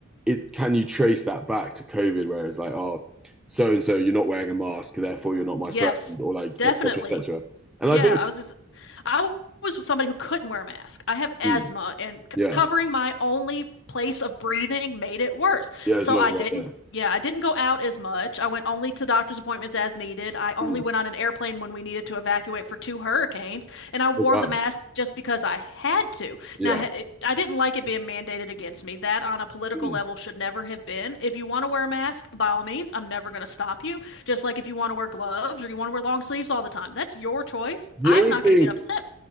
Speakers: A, in the centre; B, on the left (about 55°).
A: it can you trace that back to COVID where it's like, oh, so and so, you're not wearing a mask, therefore you're not my
B: yes,
A: friend, or like
B: definitely.
A: et cetera, et cetera. And
B: Yeah,
A: I think
B: I was just, I was somebody who couldn't wear a mask. I have asthma,
A: hmm,
B: and c
A: yeah.
B: covering my only place of breathing made it worse.
A: Yeah,
B: So
A: it's not
B: I
A: a guy
B: didn't,
A: there.
B: yeah, I didn't go out as much. I went only to doctor's appointments as needed. I only
A: Mm.
B: went on an airplane when we needed to evacuate for two hurricanes, and I wore
A: Oh, wow.
B: the mask just because I had to.
A: Yeah.
B: Now, ha- it, I didn't like it being mandated against me. That on a political
A: Mm.
B: level should never have been. If you want to wear a mask, by all means, I'm never going to stop you. Just like if you want to wear gloves or you want to wear long sleeves all the time, that's your choice.
A: The
B: I'm
A: only
B: not
A: thing,
B: going to get upset.